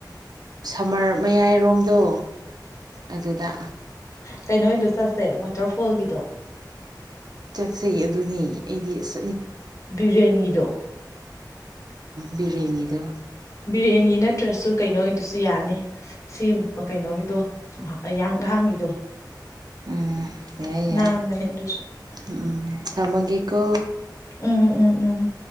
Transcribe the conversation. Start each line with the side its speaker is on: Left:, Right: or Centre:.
Right: ꯁꯝꯃꯔ ꯃꯌꯥꯏꯔꯣꯝꯗꯣ ꯑꯗꯨꯗ
Left: ꯀꯩꯅꯣꯗꯣ ꯆꯠꯁꯦ ꯋꯥꯇꯔꯐꯣꯜꯒꯤꯗꯣ
Right: ꯆꯠꯆꯩ ꯑꯗꯨꯅꯦ ꯑꯩꯗꯤ ꯑꯁ
Left: ꯕꯤꯔꯌꯥꯅꯤꯗꯣ
Right: ꯕꯤꯔꯌꯥꯅꯤꯗ
Left: ꯕꯤꯔꯌꯥꯅꯤꯒꯤ ꯅꯠꯇ꯭ꯔꯁꯨ ꯀꯩꯅꯣꯒꯤꯗꯨꯁꯨ ꯌꯥꯅꯤ ꯁꯤ ꯀꯩꯅꯣꯒꯤꯗꯣꯡ ꯅꯍꯥꯟꯒꯤꯗꯣ
Right: ꯎꯝ ꯑꯦ ꯌꯥ
Left: ꯅꯥꯟꯕꯅꯦ ꯑꯗꯨꯁꯨ
Right: ꯎꯝ ꯊꯃꯒꯀꯣ
Left: ꯎꯝ ꯎꯝ ꯎꯝ